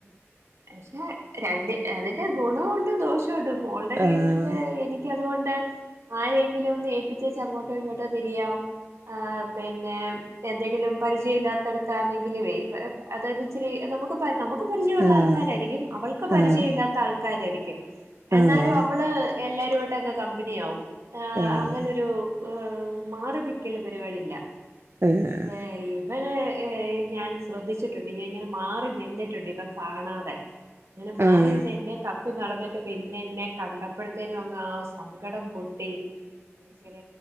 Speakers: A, on the right; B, on the right.
A: പക്ഷെ രണ്ടിൻ അതിന്റെ ഗുണോണ്ട് ദോഷോണ്ട് മോൾടെ കേസ്
B: ആഹ്
A: ല് എനിക് ക്യ അതോണ്ട് മാഴേങ്കിലൊന്ന് ഏൽപ്പിച്ചച്ച് അങ്ങോട്ടോ ഇങ്ങോട്ടോ തിരിയാം ആഹ് പിന്നെം എന്തെങ്കിലും പരിജ്യയ ഇല്ലാത്ത ട്ത്താണെങ്കിലോ പ് അതായത് ഇച്ചിരി നമുക്കും പൽ നമക്ക് പരിചയോള്ള
B: ആഹ്
A: ആൾക്കാരാരിക്യും അവൾക്ക് പരിചയൊല്ലാത്ത
B: ആഹ്
A: ആൾക്കാരാരിക്യും ആൾക്കാരായിരിക്കും. എന്നാലു
B: ആഹ്
A: അവള് എല്ലാരുവായിട്ടങ്ങ് കമ്പനിയാവും
B: ആഹ്
A: അങ്ങനൊരു ആഹ് മാറി നിക്കല് പരിപാടില്ല
B: ആഹ്
A: പഷെ ഇവനെ ഞാൻ ശ്രദ്ധിച്ചിട്ട് ലിങ്ങങ്ങനെ മാറി നിന്നിട്ടുണ്ട് ഇവ കാണാതെ ഇങ്ങനെ മാറി
B: ആഹ്
A: നിന്നിട്ടു ത്ത് നടന്നേട്ട് പിന്നെന്നെ കണ്ടപ്പഴ് ത്തേനു അങ്ങാസ് സങ്കടം പൊട്ടി ഭയങ്കര